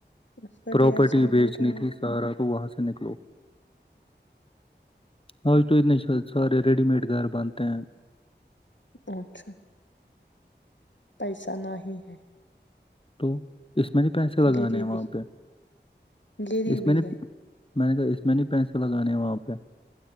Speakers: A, on the left; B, on the left.
A: سبھی
B: پراپرٹی
A: ایسا ہی
B: بیچنی
A: بول رہے
B: تھی سارا تو وہاں سے نکلو
A: ہیں
B: ہو تو نہیں س سارے ریڈی میڈ گھر بنتے ہیں
A: اچھا پیسہ نہ ہی ہے
B: تو اس میں نہیں پیسے لگانے
A: غریبی
B: ہیں وہاں پہ
A: غریبی
B: اس میں نہیں
A: ہے
B: میں نے تو اس میں نہیں پیسے لگانے ہیں وہاں پہ